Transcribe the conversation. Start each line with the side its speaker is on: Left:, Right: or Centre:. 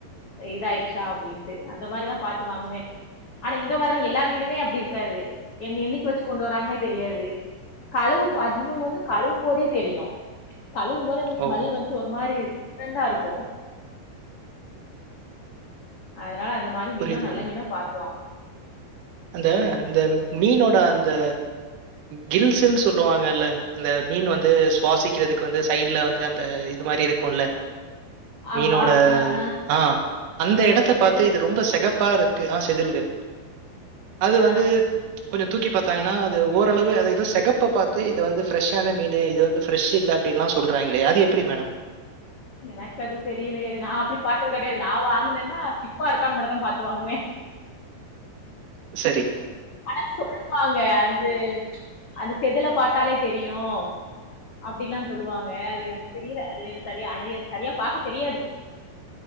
Left: இதாயிச்சா அப்டின்ட்டு அந்த மாரிதா பாத்து வாங்குவே ஆனா இங்க வர எல்லா மீனுமே அப்டி இருக்காது என் என்னைக்கு வச்சு கொண்டு வராங்கனே தெரியாது கழவும் அத் இன்னொன்னு வந்து கழுவும் போதே தெரியு கழுவும் போல இந்த
Right: ஓ
Left: ஸ்மெல் வந்துட்டு ஒரு மாரி டிஃப்ரெண்டா இருக்கு ஆ னால அந்த மாரி மீன்ல்லா
Right: புரியுது
Left: நல்ல
Right: மேடம்
Left: மீனா பாத்து வாங்னு
Right: அந்த இந்த மீனோட அந் த கில்ஸுன் சொல்லுவாங்கல்ல அந்த மீன் வந்து சுவாசிக்கிறதுக்கு வந்து சைட்ல வந்து அந்த இது மாரி இருக்குல்ல மீனோட
Left: ஆமா. அ, அ.
Right: ஆ அந்த எடத்த
Left: செதில்
Right: பாத்து இது
Left: மண்.
Right: ரொம்ப செக ப்பா இருக்கு ஆ செிதில்கள் அது
Left: ஆ.
Right: வந்து கொஞ்ச தூக்கி பாத்தாங்கனா அது ஓரளவு அது எதோ செகப்ப பாத்து இது வந்து ஃப்ரெஷ்ஷான மீனு இது வந்து ஃப்ரெஷ் இல்ல அப்டின்லா சொல்றாங்களே அது எப்டி மேடம்
Left: எனக்கு அது தெரியலையே நா அப்டி பாத்தது கெடையாது நா வாங்குனென்னா ஸ்டிஃப்பா இருக்கான் மட்டு தா பாத்து வாங்குவே
Right: செ
Left: ஆனா சொல்லுவாங்க அது அந்த செதுல பாத்தாலே தெரியு அப்டில்லா சொல்லுவாங்க அது எனக்கு தெரில அது எனக்கு சரியா அது எனக்கு சரியா பாக்க தெரியாது